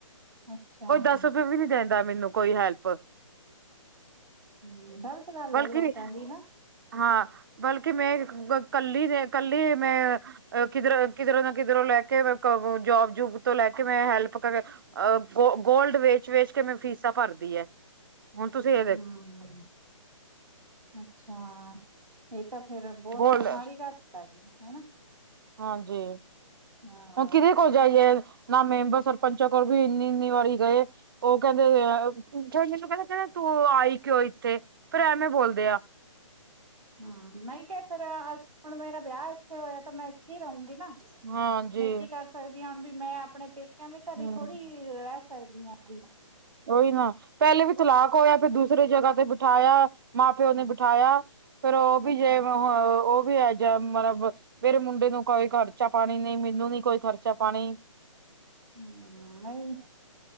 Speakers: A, on the right; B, on the right.
A: ਅੱਛਾ
B: ਕੋਈ
A: ਹੂੰ
B: ਦੱਸ ਰੁਪਏ ਵੀ ਨਹੀ ਦੇੰਦਾ, ਮੈਨੂੰ ਕੋਈ ਹੈਲਪ।
A: ਹੂੰ, ਗ਼ਲਤ ਗੱਲ
B: ਬਲਕਿ
A: ਆ, ਲੋਕਾਂ ਦੀ ਨਾ।
B: ਹਾਂ, ਬਲਕਿ ਮੇਂ, ਕੱਲੀ ਦੇ, ਕੱਲੀ ਮੇਂ ਅ, ਕਿਧਰ, ਕਿਧਰੋਂ ਨਾ ਕਿਧਰੋਂ ਲੈਕੇ ਮੈਂ ਕੋ--ਜੋਬ-ਜੂਬ ਤੋਂ ਲੈਕੇ ਕਿ 'ਮੈਂ' ਹੈਲਪ ਕਰ ਅ, ਗੋ ਗੋਲਡ ਵੇਚ-ਵੇਚਕੇ ਮੈਂ ਫੀਸਾਂ ਭਰਦੀ ਹੈ। ਹੁਣ ਤੁਸੀ ਹ
A: ਹੂੰ, ਹੂੰ, ਅੱਛਾ। ਏ ਤਾਂ ਫਿਰ ਬਹੁਤ
B: ਗੋਲਡ
A: ਮਾੜੀ ਗੱਲ ਹੈਗੀ, ਹੈਨਾ।
B: ਹਾਂਜੀ,
A: ਹਾਂ
B: ਹੁਣ ਕਿਹਦੇ ਕੋਲ ਜਾਈਏ, ਨਾ ਮੈਂਬਰ ਸਰਪੰਚਾਂ ਕੋਲ ਵੀ ਇੰਨੀ-ਇੰਨੀ ਵਾਰੀ ਗਏ, ਓਹ ਕਹਿੰਦੇ ਏ ਜਦੋ ਮੈਨੂੰ ਕਹਿੰਦੇ ਤੂੰ ਆਈ ਕਿਉਂ ਇੱਥੇ? ਫਿਰ ਐਂਵੇਂ ਬੋਲਦੇ ਆ।
A: ਹੂੰ, ਨਹੀ ਕਿਹ ਫੇਰ ਅਸ, ਹੁਣ ਮੇਰਾ ਵਿਆਹ ਏ ਇੱਥੇ ਹੋਇਆ ਤਾਂ ਮੈਂ ਇੱਥੇ ਹੀ ਰਹੂੰਗੀ ਨਾ,
B: ਹਾਂਜੀ
A: ਮੈਂ ਕੀ ਕਰ ਸਕਦੀ ਹਾਂ ਹੁਣ ਵੀ 'ਮੈਂ' ਆਪਣੇ ਪੇ ਪੇਕਿਆਂ ਦੇ ਘਰੇ
B: ਹਮ
A: ਥੋੜੀ, ਰਹਿ ਸਕਦੀ ਆਂ ਵੀ।
B: ਓਹੀ ਨਾ, ਪਹਿਲੇ ਵੀ ਤਲਾਕ ਹੋਇਆ, ਫਿਰ ਦੂਸਰੇ ਜਗ੍ਹਾ ਤੇ ਬਿਠਾਇਆ ਮਾਂ-ਪਿਓ
A: ਹਮ
B: ਨੇ ਬਿਠਾਇਆ, ਫਿਰ ਉਹ ਵੀ
A: ਅੱਛਾ
B: ਜੇ, ਉਹ ਵੀ ਅਹੈਜਾ ਮਤਲਬ ਮੇਰੇ ਮੁੰਡੇ ਨੂੰ ਕੋਈ ਖਰਚਾ-ਪਾਣੀ ਨੀ, ਮੈਨੂੰ ਨੀ ਕੋਈ ਖਰਚਾ-ਪਾਣੀ।
A: ਹੂੰ, ਨਹੀਂ